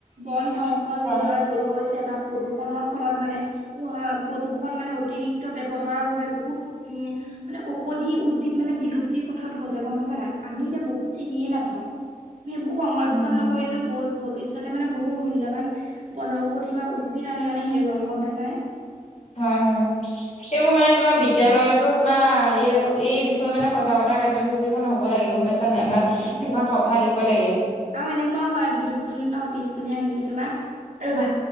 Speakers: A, on the right; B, on the left.
A: বন ভও
B: হয়
A: যিদৰে হৈছে বা প্ৰদূষণৰ ফলত মানে উম হা প্ৰদূষণ মানে অতিৰিক্ত ব্যৱহাৰৰ বাবে বহুত উম মানে ঔষধি উদ্ভিদ মানে বিলুপ্তিৰ পথত হৈছে গম পাইছা নাই? আমি এতিয়া বহুত চিনিয়ে নাপাওঁ। আমি সেইবোৰ সংৰক্ষণ
B: উম
A: নকৰিলেটো বহ ভবিষ্যত ভবিষ্যতে মানে বহু মূল্যবান বনৌষধি বা উদ্ভিদ আমি মানে হেৰুৱাম গম পাইছানে?
B: হয় হয় সেইবোৰ মানে তোমাৰ বিদ্যালয়টো আমাৰ এই এই বিষয়ে মানে সজাগতা কাৰ্যসূচী খন হ'ব লাগে গম পাইছা পাইছা নাই বা
A: সেইটোয়ে
B: এখন সভা দিব লাগে।
A: আৰু এনেকুৱাও হয় বিছ জুন অ বিছ জুনহে আহিছে তোমাৰ ৰবা।